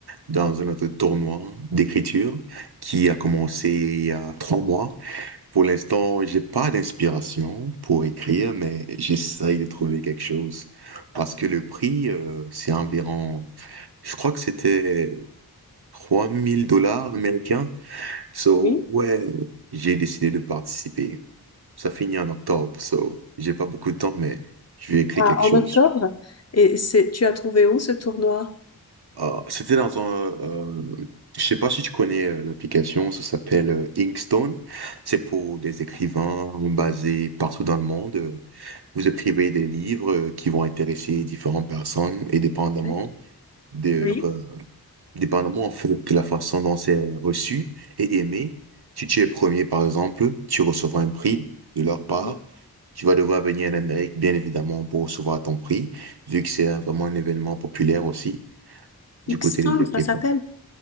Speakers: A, on the right (about 80°); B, on the left (about 40°).
A: dans un autre tournoi d'écriture qui a commencé il y a trois mois. Pour l'instant, j'ai pas d'inspiration pour écrire, mais j'essaye de trouver quelque chose. Parce que le prix, euh, c'est environ, je crois que c'était 3000 dollars américains. So,
B: Oui.
A: ouais, j'ai décidé de participer. Ça finit en octobre, so, j'ai pas beaucoup de temps, mais je vais écrire
B: Ah,
A: quelque
B: en
A: chose.
B: octobre. Et c'est, tu as trouvé où ce tournoi?
A: Ah, c'était dans un. euh, je sais pas si tu connais euh, l'application, ça s'appelle euh, Inkstone. C'est pour des écrivains basés partout dans le monde. Euh, Vous écrivez des livres euh, qui vont intéresser différentes personnes et dépendamment
B: Ouais.
A: de,
B: Oui,
A: euh, dépendamment en fait de la façon dont c'est reçu et aimé. Si tu es premier, par exemple, tu recevras un prix de leur part.
B: oui.
A: Tu vas devoir venir en Amérique, bien évidemment, pour recevoir ton prix, vu que c'est un- vraiment un événement populaire aussi du
B: Xtone,
A: côté des écrivains.
B: ça s'appelle.